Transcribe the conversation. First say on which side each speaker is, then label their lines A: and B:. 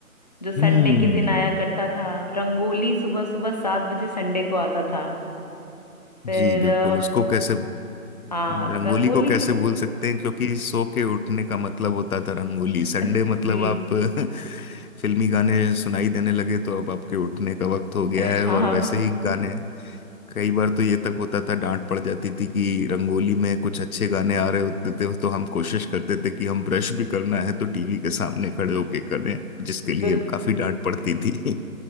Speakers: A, on the left; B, on the left.
A: जो संडे
B: हम्म
A: के दिन आया करता था रंगोली सुबह सुबह सात बजे संडे को आता था फिर
B: जी बिल्कुल
A: अम,
B: उसको कैसे
A: हाँ
B: रंगोली
A: रंगोली
B: को कैसे
A: को तो
B: भूल सकते हैं क्योंकि सो के उठने का मतलब होता था रंगोली संडे
A: <laughs>
B: मतलब
A: जी
B: आप <laughs> फिल्मी गाने सुनाई देने लगे तो अब आपके उठने का वक्त हो गया
A: हाँ
B: है और वैसे ही गाने कई बार तो ये तक होता था डांट पड़ जाती थी कि रंगोली में कुछ अच्छे गाने आ रहे होते थे तो हम कोशिश करते थे कि हम ब्रश भी करना है तो टीवी के सामने खड़े होके करें जिसके लिए
A: बिल
B: काफी डांट पड़ती थी